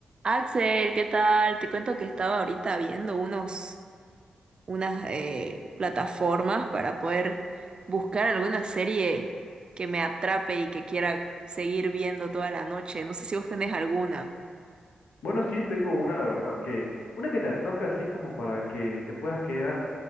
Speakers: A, on the right; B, on the left.
A: Axel, ¿qué tal? Te cuento que estaba ahorita viendo unos, unas eh, plataformas para poder buscar alguna serie que me atrape y que quiera seguir viendo toda la noche. No sé si vos tenés alguna.
B: Bueno, sí, tengo una, la verdad, que una que te atrape así como para que te puedas quedar